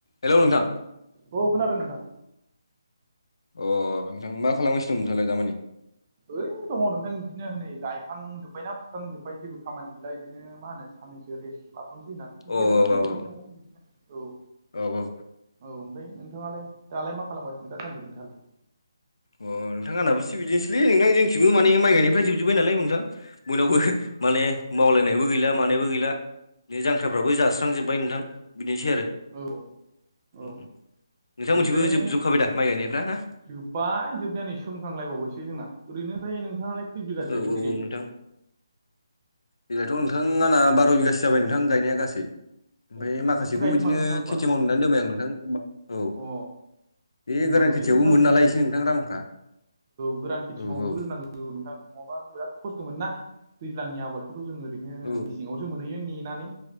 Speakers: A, on the left; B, on the right.
A: हेल' नोंथां।
B: औ खोनादों नोंथां।
A: अ नोंथां मा खालामगासिनो दं नोंथाङालाय दामानि?
B: ओइ दङ नोंथां बिदिनो नै गायखांजोब्बाय ना फुखांजोब्बाय जेबो खामानि गैला बिदिनो मा होनो साननैसो रेस्ट लाथ'नोसै होननानै
A: औ
B: जिरायना
A: औ
B: दंथ'यो
A: औ
B: न'आवनो बिदिनो औ।
A: औ औ
B: औ ओमफ्राय नोंथाङालाय दालाय मा खालामगासिनो दासान्दि नोंथाङालाय?
A: अ नोंथां आंनाबो सि बिदिनोसैलै नोंथां जोंनिथिंबो माने माइ गायनायफ्रा जोबजोब्बाय नालाय नोंथां बयनावबो। माने मावलायनायबो गैला मानायबो गैला बे जांख्राफ्राबो जासै स्रां जोब्बाय नोंथां बिदिनोसै आरो।
B: औ औ
A: उम उम नोंथांमोननिथिंबो
B: ओमफ्राय
A: जोबजोबखाबाय दा माइ गायनायफ्रा ना?
B: जोब्बाय जोबनायानो नै सोमखांलायबावबायसो जोंना ओरैनो ओमफ्राय नोंथाङालाय खै बिगासो
A: औ
B: गायखो
A: औ औ
B: देग्लायलाय
A: नोंथां। देग्लायथ नोंथां आंना‌ बार' बिगासो जाबाय नोंथां गायनाया गासै। ओमफ्राय
B: अ
A: माखासेखौ
B: बुरजा गायदों
A: इदिनो
B: माथो नोंथां होमबा
A: खेथि मावनो होननानै दोनबाय आं नोंथां औ।
B: अ
A: बे
B: दोननांगौलै
A: गोरान खेथियावबो
B: नोंथां
A: मोनो
B: बिदिनो
A: नालाय एसे नोंथां रांफ्रा औ
B: गोरान खेथि मावनोबो
A: औ।
B: रोंनांगौ औ नोंथां नङाबा बिराद खस्थ मोनो ना दैज्लांनि आबादखौथ जों ओरैनो
A: औ
B: मेसेङाव सो मोनहैयो नेनानै